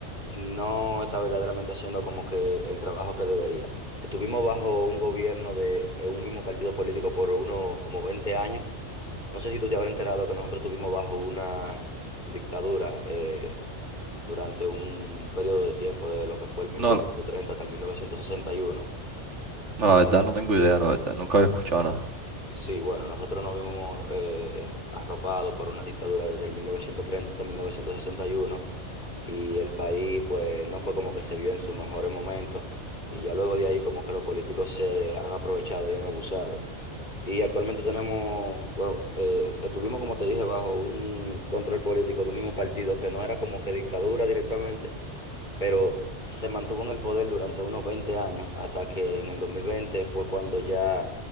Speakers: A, on the left (about 40°); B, on the right (about 75°).
A: no está verdaderamente haciendo como que el trabajo que debería. Estuvimos bajo un gobierno de eh, un mismo partido político por unos como 20 años. No sé si tú te habrás enterado que nosotros estuvimos bajo una dictadura eh, durante un periodo de tiempo, desde lo que fue el 1930
B: No, la
A: hasta el 1961.
B: no, la verdad no tengo idea, la verdad. Nunca había escuchado nada.
A: Sí, bueno, nosotros nos vimos eh, arropados por una dictadura desde el 1930 hasta 1961. y el país pues no fue como que se vio en sus mejores momentos y ya luego de ahí como que los políticos se han aprovechado y han abusado. Y actualmente tenemos, pues, eh, estuvimos como te dije, bajo un control político de un mismo partido que no era como que dictadura directamente, pero se mantuvo en el poder durante unos 20 años hasta que en el 2020 fue cuando ya